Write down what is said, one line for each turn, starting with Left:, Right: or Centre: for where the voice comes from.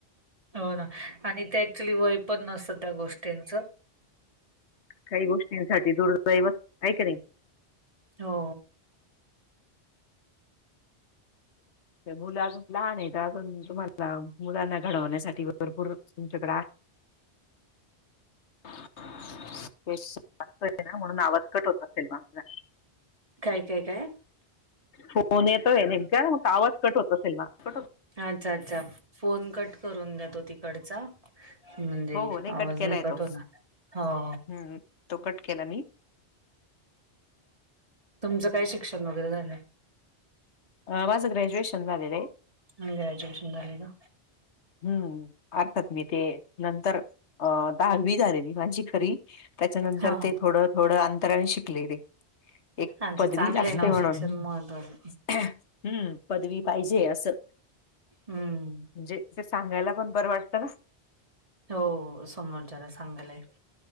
Right: हो ना आणि ते ऍक्च्युली वय पण नसतं त्या गोष्टींच
Left: काही गोष्टींसाठी दुर्दैवच आहे की नाही
Right: हो.
Left: मुलं अजून लहान आहेत. अजून तुम्हाला मुलांना घडवण्यासाठी भरपूर तुमच्याकडे आहे. <unintelligible> तेच आहे ना म्हणून आवाज कट होत असेल मागचा
Right: काय काय काय
Left: फोन येतोय नेमका मग आवाज कट होत असेल मागचा
Right: अच्छा, अच्छा फोन कट करून द्या तो तिकडचा म्हणजे
Left: हो हो
Right: आवाज
Left: केलाय
Right: नाही कट
Left: तो
Right: होणार हो
Left: हम्म तो कट केला मी
Right: तुमचं काय शिक्षण वगैरे झालंय.
Left: माझं ग्रॅज्युएशन झालेलं आहे.
Right: ग्रॅज्युएशन झालाय का?
Left: हम्म अर्थात मी ते नंतर अ दहावी झालेली माझी खरी त्याच्यानंतर
Right: हा हा.
Left: ते थोडं थोडं अंतराने शिकलेली एक
Right: अच्छा
Left: पदवी
Right: चांगलं
Left: लागते
Right: आहे ना
Left: म्हणून.
Right: शिक्षण महत्त्वाचं
Left: हम्म पदवी पाहिजे असं
Right: हम्म.
Left: म्हणजे ते सांगायला पण बरं वाटतं ना?
Right: हो समोरच्याला सांगायलाही